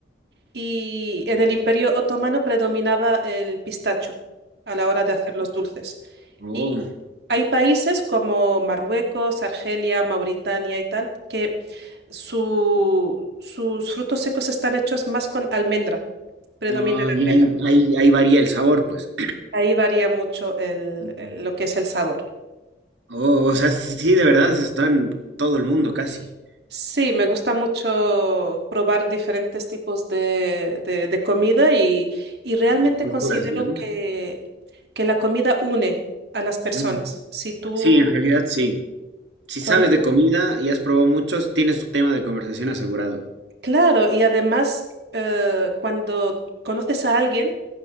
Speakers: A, on the right; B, on the right.
A: Y en el Imperio Otomano predominaba el pistacho a la hora de hacer los dulces.
B: Oh,
A: Y hay países como Marruecos, Argelia, Mauritania y tal, que su- sus frutos secos están hechos más con almendra. Predomina
B: ah,
A: la
B: y
A: almendra.
B: ahí, ahí, ahí varía el sabor, pues.
A: Ahí varía mucho el-
B: Ujú.
A: el- lo que es el sabor.
B: Oh, o sea, sí, sí, de verdad está en todo el mundo casi.
A: Sí, me gusta mucho probar diferentes tipos de, de- de comida y, y realmente
B: Y culturas,
A: considero
B: digamos.
A: que, que la comida une a las personas.
B: Ujú.
A: Si tú,
B: Sí, en realidad sí. Si sabes
A: cuan-
B: de comida y has probado muchos, tienes tu tema de conversación asegurado.
A: claro, y además eh, cuando conoces a alguien